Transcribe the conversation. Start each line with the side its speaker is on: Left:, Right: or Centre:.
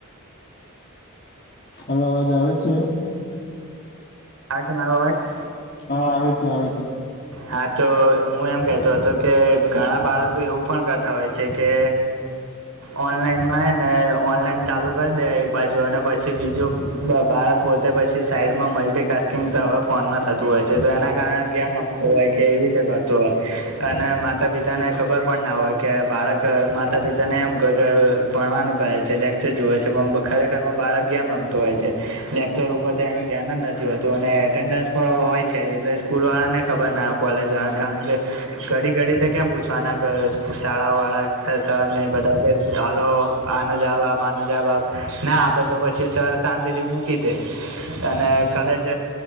Left: હાલો અવાજ આવે છે.
Right: આવે છે મારો અવાજ
Left: હા આવે છે આવે છે.
Right: હા તો હું એમ કતો હતો કે ઘણા બાળકો એવું પણ કરતા હોય છે કે. ઓનલાઈન માં ને ઓનલાઈન ચાલુ. કરી દે એક બાજુ અને પછી બીજું બાળક પોતે પછી સાઈડમાં મલ્ટિકસ્કિંગ તવા. ફોનમાં થતું હોય છે તો એના કારણે ગમ. કે એવી રીતે કરતું હોય અને માતા પિતા ને ખબર પણ ના હોય કે બાળક. કે માતા પિતાને એમ ક કે ભણવાનું કહે છે લેક્ચર જુવે છે પણ ખરેખરમાં બાળક જેમ રમ. હો લેક્ચર ઉપર એનું ધ્યાન જ નથી હોતું અને એટેન્ડન્સ પણ હોય છે એટલે સ્કૂલ વાળાને. ખબર ના હો કોલેજ વાળા કારણ કે ઘડી ઘડી તો ક્યાં પૂછવાના કર. શાળા વાળા છે સર ને બધા કે હાલો આનો જવાબ આપ આનો જવાબ આપ. ના આપે તો પછી સર શાંતિથી મૂકી દે. અને કદાચ